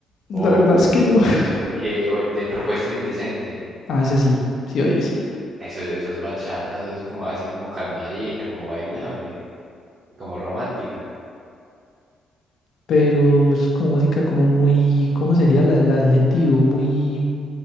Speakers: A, on the left; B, on the right.
A: La
B: O
A: verdad es que no. <laughs>
B: el que, o el de Propuesta Indecente.
A: Ah, es así. Sí, oye, sí.
B: Eso, eso es bachata, eso es como así como calmadita, como bailable y como romántica.
A: pero es como música como muy, ¿cómo sería la, el adjetivo? Muy